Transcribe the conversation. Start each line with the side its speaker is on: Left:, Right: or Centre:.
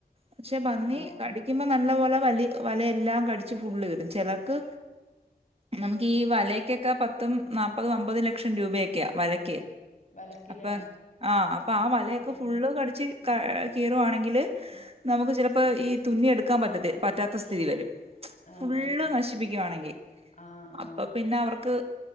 Right: പക്ഷെ പന്നി
Left: ആഹ്
Right: കടിക്കുമ്പോ നല്ല പോലെ വലി വലയെല്ലാം കടിച്ച് ഫുള്ള് കീറും ചിലർക്ക് നമുക്ക് ഈ വലയൊക്കെ പത്തും നാപ്പതും അമ്പതും ലക്ഷം രൂപയൊക്കെയ വല-
Left: വലക്കിലേ
Right: അപ്പ ആ അപ്പൊ ആ വലയൊക്കെ
Left: ഉം
Right: ഫുള്ള് കടിച്ച് കീറുവാണെങ്കിൽ നമുക്ക് ചിലപ്പോ ഈ തുന്നി എടുക്കാൻ പറ്റത്തി പറ്റാത്ത സ്ഥിതി വരും
Left: ആഹ്
Right: ഫുള്ള്
Left: ആഹ്
Right: നശിപ്പിക്കുവാണെങ്കി
Left: ആഹ് ആഹ്
Right: അപ്പൊ പിന്നെ അവർക്ക്